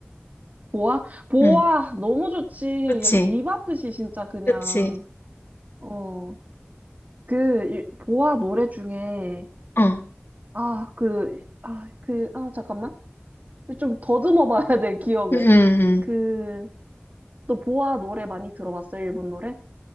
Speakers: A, on the right (about 40°); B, on the left (about 75°).
A: 보아? 보아!
B: 응.
A: 너무 좋지.
B: 그치?
A: 야, 입 아프지, 진짜, 그냥.
B: 그치?
A: 어, 그, 일- 보아 노래 중에,
B: 응.
A: 아, 그, 아, 그, 아, 잠깐만. 좀 더듬어 봐야 돼, 기억을.
B: 응, 응, 응.
A: 그, 또 보아 노래 많이 들어봤어, 일본 노래?